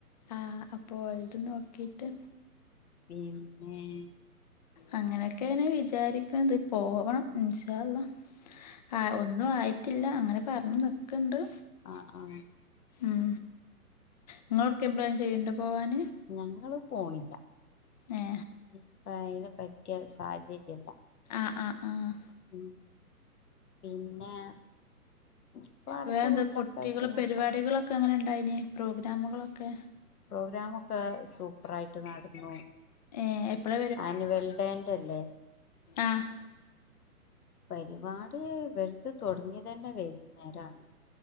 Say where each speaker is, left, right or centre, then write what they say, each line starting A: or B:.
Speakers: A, on the left (about 30°); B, on the left (about 70°).
A: ആഹ് അപ്പോ ഓല്ത് നോക്കീട്ട്
B: ഇന്നെ ഏഹ്
A: അങ്ങനൊക്കേണ് വിചാരിക്ക്ണത്. പോവണം ഇൻശാ അല്ലാഹ് ആഹ് ഒന്നു ആയിട്ടില്ല അങ്ങനെ പറഞ് നിക്ക്ണ്ട്.
B: ആഹ് അഹ്
A: ഉം ഇങ്ങളൊട്ക്കേ പ്ലാൻ ചെയ്യുണ്ടോ പോവാന്.
B: ഞങ്ങള് പോണ്ല്ല.
A: ഏ
B: ഇപയിന് പറ്റ്യ സാഹചര്യല്ല
A: ആഹ് ആഹ് ആഹ്
B: ഉം പിന്നെ ഇപ്പൊ അടുത്ത
A: വേന്ത
B: കൊല്ലൊക്കെ
A: കുട്ടികളെ
B: ആയിട്ട്
A: പരിപാടികളൊക്കെ
B: നോക്കാം
A: എങ്ങനെണ്ടായിനി പ്രോഗ്രാമുകളൊക്കെ
B: പ്രോഗ്രാമൊക്കെ സൂപ്പറായിട്ട് നട്ന്നു.
A: ഏ എപ്പളാ
B: ആനുവൽ ഡേന്റെല്ലേ
A: ആഹ്
B: പരിപാടി ഇവൽത് തൊടങ്ങിയ തന്നെ വൈകുന്നേരാണ്